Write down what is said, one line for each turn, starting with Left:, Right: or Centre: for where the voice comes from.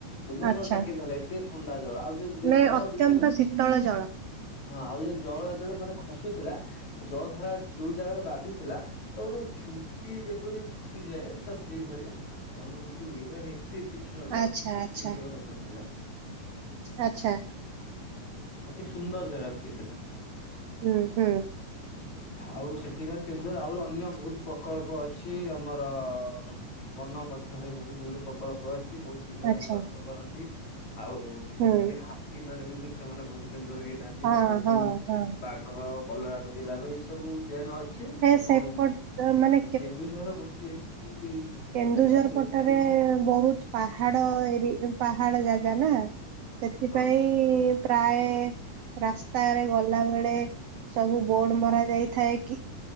Left: ରୁମ
Right: ଆଚ୍ଛା
Left: ମୂଳ ଟାଙ୍କି ଧରିଲା। ଏତେ ଥଣ୍ଡା ଜଳ, ଆଉ ସେ ଜଳ।
Right: ମାନେ ଅତ୍ୟନ୍ତ
Left: <unintelligible>
Right: ଶୀତଳ ଜଳ।
Left: ହଁ। ଆଉ ହେ ଜଳ ଯେତେବେଳେ ମାନେ ଖସୁଥିଲା ଜଳ ଧାରା ଯଉ ଜାଗାରେ ବାଜୁଥିଲା ତ ଗଟେ ଛୁ ଞ୍ଚି ଯେପରି ଫୁଟିଯାଏ ତ, ସେଇଭଳିଆ ଅନୁଭୂତି ହୁଏ। ମାନେ ଏ ତେ ତୀକ୍ଷ୍ଣ ଜଳ
Right: ଆଚ୍ଛା
Left: ସେ। ଏତେ
Right: ଆଚ୍ଛା
Left: ଜୋରରେ ପଡୁଥିଲା।
Right: ଆଚ୍ଛା।
Left: ଅତି ସୁନ୍ଦର ଜାଗା ସେ ଥିଲା।
Right: ହୁଁ ହୁଁ।
Left: ଆଉ ସେଠିକାର କେନ୍ଦୁଝର ଆହୁରି ଅନ୍ୟ ବହୁତ ପ୍ରକଳ୍ପ ଅଛି। ଆମର ବନ ମଧ୍ୟରେ ବହୁତ ଗୁଡେ ପ୍ରକଳ୍ପ ଅ ଛି ବହୁତ ଜୀବଜନ୍ତୁ
Right: ଆଚ୍ଛା
Left: ବାସ କରନ୍ତି। ଆଉ ବିଶେଷ
Right: ହୁଁ।
Left: କରି ହା ତି ମାନେ ବି ଦୁସେ ମାନେ ବହୁତ କେନ୍ଦୁଝରରେ ହେଇଥାନ୍ତି
Right: ହଁ
Left: ଭାଲୁ
Right: ହଁ ହଁ
Left: ବାଘ କଲରା ପ ଦେବାଗ ଏ ସବୁ ଉଦ୍ୟାନ ଅଛି
Right: ସେ
Left: ଏବଂ
Right: ସେପଟ ମାନେ
Left: କେନ୍ଦୁଝର ଗୋଟିଏ କି
Right: କେନ୍ଦୁଝର
Left: ଜାଗା ଯେଉଁଠାରେ
Right: ପଟରେ ବହୁତ ପାହାଡ ଏରି ପାହାଡ ଜାଗା ନା। ସେଥିପାଇଁ
Left: ହଁ
Right: ପ୍ରାୟେ ରାସ୍ତାରେ ଗଲା ବେଳେ ସବୁ ବୋର୍ଡ ମରା ଯାଇଥାଏ କି